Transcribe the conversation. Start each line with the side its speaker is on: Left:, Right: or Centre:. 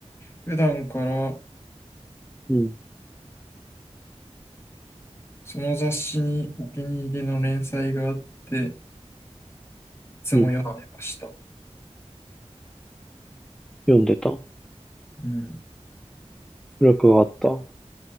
Left: 普段から
Centre: うん。
Left: その雑誌にお気に入りの連載があって、いつも読んでました。
Centre: うん。読んでた。
Left: うん。
Centre: 付録があった。